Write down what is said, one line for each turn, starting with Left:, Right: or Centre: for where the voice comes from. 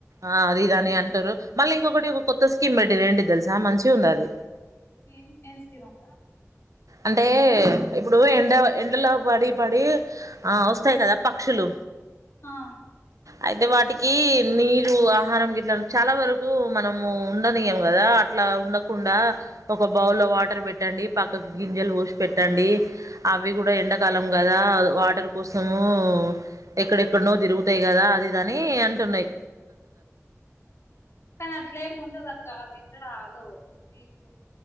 Right: ఆ అది ఇది
Left: ఆహా,
Right: అని అంటరు మళ్ళీ ఇంకోక్ కొటి ఒక కొత్త స్కీమ్ పెట్టిన్రు. ఏంటిది తెలుసా మంచిగ్ ఉందది
Left: ఏన్ ఏం స్కీమ్ అక్కా
Right: అంటే ఇప్పుడు ఎండ ఎండలో పడి పడి ఆ వస్తాయి కదా పక్షులు
Left: ఆ
Right: అయితే వాటికి నీరు, ఆహారం గిట్ల చాలా వరకు మనము ఉండనియం గదా అట్లా ఉండకుండా ఒక బౌల్లో వాటర్ పెట్టండి పక్కక్ గింజలు పోసి పెట్టండి. అవి కూడా ఎండాకాలం గదా వాటర్ కోసము ఎక్కడెక్కడ్నో తిరుగుతయి గదా అది ఇదని అంటున్నయి.
Left: కానీ అట్లేం ఉండదు అక్క అవి ఎక్కడ ఆగవు వీకు